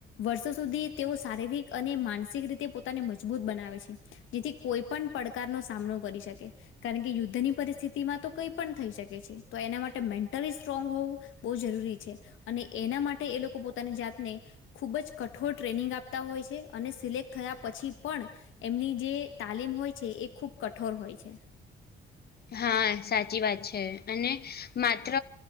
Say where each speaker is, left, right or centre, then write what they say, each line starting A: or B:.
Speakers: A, on the left; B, on the left.
A: વર્ષો સુધી તેઓ શારીરિક અને માનસિક રીતે પોતાને મજબૂત બનાવે છે. જેથી કોઈ પણ પડકારનો સામનો કરી શકે કારણ કે યુદ્ધની પરિસ્થિતિ તો કંઈ પણ થઈ શકે છે તો એના માટે મેન્ટલી સ્ટ્રોંગ હોવું બહુ જરૂરી છે. અને એના માટે એ લોકો પોતાની જાતને ખૂબ જ કઠોર ટ્રેનિંગ આપતા હોય છે અને સિલેક્ટ થયા પછી પણ એમની જે તાલીમ હોય છે એ ખુબ કઠોર હોય છે.
B: હા સાચી વાત છે અને માત્ર